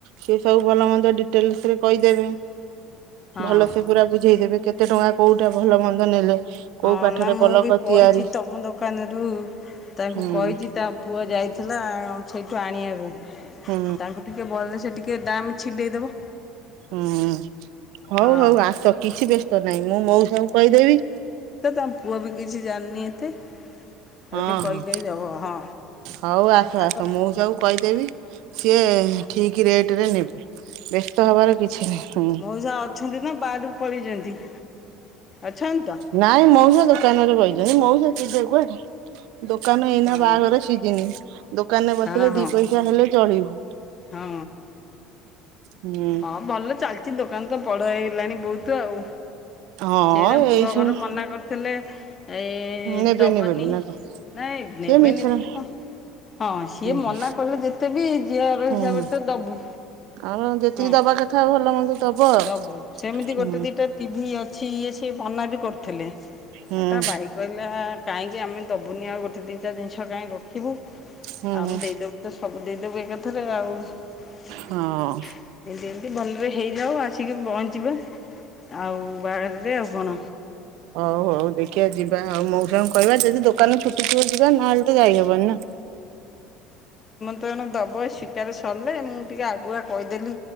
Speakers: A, on the right; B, on the left.
A: ସେ ସବୁ ଭଲ ମନ୍ଦ ଡିଟେଲସରେ କହିଦେବେ
B: ହଁ
A: ଭଲ ସେ ପୁରା ବୁଝେଇଦେବେ କେତେ ଟଙ୍କା କୋଉଟା ଭଲ ମନ୍ଦ ନେଲେ କୋଉ
B: ହଁ
A: କାଠରେ
B: ନା ମୁଁ
A: ପଲଙ୍କ
B: ବି କହିଛି
A: ତିଆରି
B: ତମ ଦୋକାନରୁ ତାଙ୍କୁ
A: ହୁଁ
B: କହିଛି ତା ପୁଅ ଯାଇଥିଲା ସେଇଠୁ ଆଣିବାକୁ।
A: ହୁଁ
B: ତାକୁ ଟିକେ ଭଲ ସେ ଟିକେ ଦାମ ଛିଣ୍ଡେଇଦବ।
A: ହୁଁ ହ।
B: ହଁ
A: ହଉ ହଉ ଆସ କିଛି ବ୍ୟସ୍ତ ନହିଁ ମୁଁ ମଉସା କୁ କହିଦେବି
B: ହଁ ପୁଅ ବି କିଛି ଜାଣିନି ଏତେ ଆଉ
A: ହଁ
B: ଟିକେ କହି
A: ହଁ
B: କହି ଦବ ହଁ
A: ହଉ ଆସ
B: ତାଙ୍କ
A: ଆସ ମୁଁ ସବୁ କହି ଦେବି ସିଏ
B: ହଁ
A: ଠିକ ରେଟ ରେଟରେ ନେବେ ବ୍ୟସ୍ତ ହବାର କିଛି ନାହିଁ ହୁଁ
B: ମଉଷା ଅଛନ୍ତି ନା ବାରୁ ପଳେଇଛନ୍ତି? ଅଛନ୍ତି ତ
A: ନାଇଁ ମଉସା ଦୋକାନରେ ବଇଛନ୍ତି ମଉସା ଯିବେ କୁଆଡେ। ଦୋକାନ ଏଇନା
B: ହଁ
A: ବାହାଘର ସିଝିନି ଦୋକାନରେ
B: ହଁ
A: ବସିଲେ
B: ହଁ
A: ଦି ପଇସା ହେଲେ ଚଳିବୁ।
B: ହଁ
A: ହୁଁ
B: ହଁ ଭଲ ଚାଲିଛି ଦୋକାନ ତ ବଡଇ ହେଲାଣି ବହୁତ ଆଉ
A: ହଁ
B: ସେଟ ପୁଅ
A: ଏଇ ସବୁ
B: ଘର ମନା କରିଥିଲେ ଏଇ
A: ନେବେନି
B: ଦବନି
A: ବୋଲି ନା କଣ
B: ନାଇଁ ନେବେନି
A: ସେ ମିଛରେ
B: ବୋଲି କହ ହଁ ସିଏ
A: ହୁଁ
B: ମନା କଲେ ଯେତେ ବି ଝିଅର
A: ହୁଁ
B: ହିସାବରେ ତ ଦବୁ।
A: ଆଉ ଯେତିକି
B: ହଁ
A: ଦବା କଥା ଭଲ ମନ୍ଦ ଦବ ଆଉ
B: ଦବୁ ସେମିତି ଗୋଟେ
A: ହୁଁ
B: ଦିଟା ଟିଭି ଅଛି। ସେ ଇଏ ସ ବନା ବି କରୁଥିଲେ।
A: ହୁଁ
B: ଆ ତା ଭାଇ କହିଲା କାହିଁକି ଆମେ ଦେବୁନି ଆଉ ଗୋଟେ ଦିଇଟା ଜିନିଷ କାଁକି ରଖିବୁ
A: ହୁଁ
B: ଆମେ ଦେଇଦବୁ ତ ସବୁ ଦେଇଦବୁ ଏକାଥରେ ଆଉ। ଏଡି
A: ହଁ
B: ଏତି ବନରେ ହେଇଯାଉ ଆସିକି ପହଞ୍ଚିବେ ଆଉ ବାଘରେ ଆଉ। କଣ?
A: ହଉ ହଉ ଦେଖ ଦେଖଆ ଯିବା ଆଉ ମୋ ସାୟୁ କହିବା ଯଦି ଦୋକାନ ଛୁଟି, ଥିବ ଯିବା ନହେଲେ ତ ଯାଇହବନି ନା।
B: ମତେ କଣ ଦେବ ଶିକାର ସରିଲେ, ମୁଁ ଟିକେ ଆଗୁଆ କହିଦେଲି